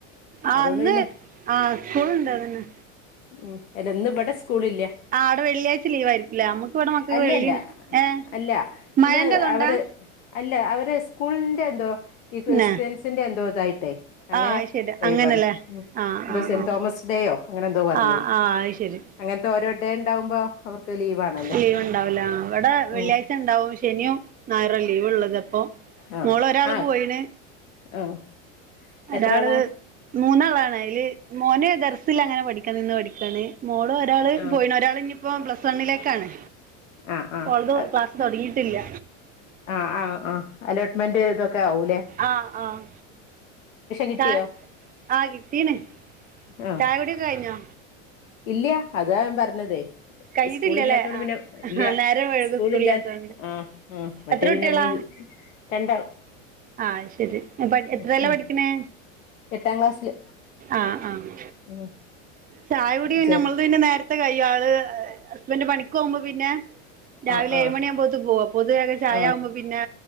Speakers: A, on the right; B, on the left.
A: ആഹ്
B: അതുകൊണ്ട്
A: ഇന്ന്
B: പിന്നെ
A: ആഹ് സ്കൂളുണ്ട് അതന്നെ
B: ഉം അല്ല ഇന്ന് ഇബടെ സ്കൂളില്ല
A: ആഹ് അവിടെ വെള്ളിയാഴ്ച ലീവ് ആയിരിക്കുംല്ലേ നമ്മുക്ക് ഇവിടെ മക്കക്ക്
B: അല്ല
A: വെള്ളി
B: അല്ല
A: ഏഹ്
B: അല്ല ഇന്ന്
A: മഴന്റെതൊണ്ടാ
B: അവര് അല്ല അവര് സ്കൂളിറെ എന്തോ ഈ ക്രിസ്ത്യൻസിറെ
A: ന്നെ
B: എന്തോ ഇതായിട്ടേ അങ്ങനെ
A: ആഹ് അത് ശരി
B: വവാണ്
A: അങ്ങനല്ലേ ആഹ്
B: എന്താ
A: ആഹ്
B: സെന്റ്
A: ആഹ്
B: തോമസ് ഡേയോ അങ്ങനെ എന്തോ പറ
A: ആഹ് ആഹ് അത് ശരി
B: അങ്ങനത്തെ ഓരോ ഡേ ഉണ്ടാവുമ്പോ അവർക്ക് ലീവ് ആണല്ലോ
A: ലീവ് ഉണ്ടാവൂല ഇവിടെ വെള്ളിയാഴ്ച
B: ഉം
A: ഉണ്ടാവും ശനിയും ഞായറ ലീവ് ഉള്ളത് അപ്പൊ
B: ആഹ്
A: മോള് ഒരാള്
B: ആഹ്
A: പോയിണ്
B: <unintelligible>
A: ഒരാള്
B: എത്ര ആളാ
A: മൂന്നാളാണ് അതില് മോന് ദർസില അങ്ങനെ പഠിക്കൻ നിന്ന് പഠിക്കാണ് മോള് ഒരാള്
B: ആഹ്
A: പോയി ഒരാൾ ഇനിയിപ്പോ പ്ലസ് വണ്ണിലേക്കാണ്
B: ആഹ് ആഹ്
A: ഓളത് തുടങ്ങിയിട്ടില്ല
B: ആഹ് ആഹ് ആഹ് അലോട്ട്മെന്റ് ഇതൊക്കെ ആവൂല്ലേ
A: ആഹ് ആഹ്
B: കിട്ടിയോ
A: ച ആഹ് കിട്ടീന്
B: ആഹ്
A: ചായ കുടൊക്കെ കഴിഞ്ഞോ
B: ഇല്ല അതാ ഞൻ പറഞ്ഞതേ
A: കഴിഞ്ഞിട്ടില്ലല്ലേ
B: സ്കൂള ഇില്ലാത്തോണ്ട്
A: ആഹ്
B: പിന്നെ ഇല്ല
A: നേരം വഴുകും
B: സ്കൂളില്ല
A: സ്കൂളില്ലാത്തോണ്ട്
B: ആഹ് ആഹ് മറ്റേ
A: എത്ര കുട്ടികളാ
B: പിന്നെ നമ്മള് <unintelligible>
A: ആഹ് ശരി എത്രയല്ല
B: ഉം
A: പഠിക്കണേ
B: എട്ടാം ക്ലാസ്സില്
A: ആഹ് ആഹ്
B: ഉം
A: ചായ കുടി
B: ചേർ
A: നമ്മത് പിന്നെ നേരത്തെ കൈയ ആള് ഹസ്ബന്ഡറ് പണിക്ക് പോകുമ്പോ പിന്നെ രാവിലെ
B: ആഹ് ആഹ്
A: ഏഴുമ മണിയ ആവുമ്പോഴു പേർ ആഹ് പൊതുവൊക്കെ ചായ
B: ആഹ്
A: ആകുമ്പോ പിന്നെ